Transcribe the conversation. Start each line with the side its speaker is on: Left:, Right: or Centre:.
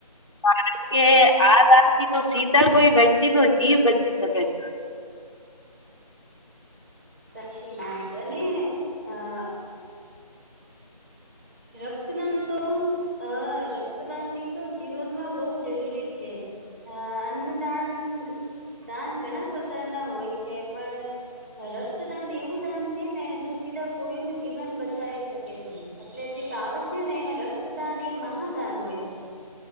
Left: કારણ કે આ રાત થી તો સીધા કોઈ વ્યક્તિ નો જીવ બચી શકે છે
Right: સચી વાત અને અહ રક્તદાન તો અ રક્તદાન થી તો જીવનમાં બહુ જરૂરી છે અ અન્નદાન દાન ઘણા પ્રકારના હોય છે પણ રક્તદાન એવું દાન છે ને જો સીધા કોઈ નું જીવન બચાવી શકે છે. એટલે જે કહાવત છે ને રક્તદાન એ મહાદાન હોય છે.